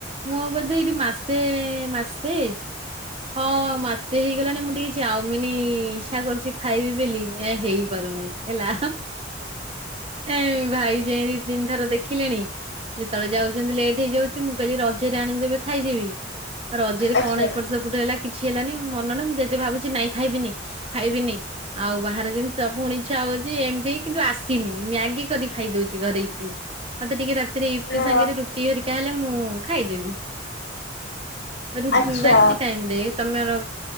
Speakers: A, on the right (about 30°); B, on the left (about 55°).
A: ମୁଁ ବୋଧେ ଏଇଠି ମାସେ ମାସେ ହଁ ମାସେ ହେଇଗଲାଣି ମୁଁ ଟିକେ ଚାଉମିନି ଇଚ୍ଛା କରୁଛି ଖାଇବି ବେଲି ଏ ହେଇପାରୁ ନେଇଁ ହେଲା। ଏ ଭାଇ ଯାଇ ଦି ତିନି ଥର ଦେଖିଲେଣି ଯେତେବେଳେ ଯାଉଛନ୍ତି ଲେଟ୍ ହେଇଯାଉଛି, ମୁଁ କହିଲି ରଜରେ ଆଣିଦେବେ ଖାଇଦେବି, ଆଉ ରଜରେ
B: ଆଚ୍ଛା
A: କଣ ଏପଟ ସେ ଟ କିଛି ହେଲାନି, ମନ ନୁହଁ ମୁଁ ଯଦି ଭାବୁଛି ନାଇଁ ଖାଇବିନି, ଖାଇବିନି ଆଉ ବାହାର ଜିନିଷ ପୁଣି ଇଚ୍ଛା ହଉଛି ଏମିତି କିନ୍ତୁ ଆସିନି। ମ୍ୟାଗି କରିି ଖାଇଦଉଛି ଘରେ ଇପି। ମତେ ଟିକେ ରାତିରେ ଇ ପି
B: ଅ
A: ସାଙ୍ଗରେ ରୁଟି ହେରିକା ହେଲେ ମୁଁ ଖାଇଦେବି। ରୁଟି
B: ଆଚ୍ଛା
A: ରା ରାତି ଟାଇମ୍ ରେ ତମର